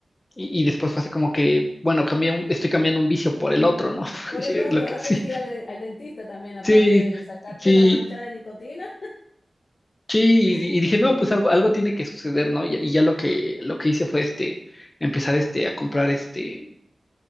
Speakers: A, on the left; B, on the left.
A: Y, y después fue así como que, bueno, cambié un- estoy cambiando un vicio por el otro, ¿no? <laughs>
B: Por
A: Sí,
B: el otro,
A: Lo que,
B: ahora
A: sí,
B: tienes que ir al, al dentista también, aparte
A: sí,
B: de sacarte
A: sí,
B: las manchas de nicotina.
A: sí, y,
B: <laughs>
A: y dije, no, pues algo, algo tiene que suceder, ¿no? Y, y ya lo que, lo que hice fue este empezar este a comprar este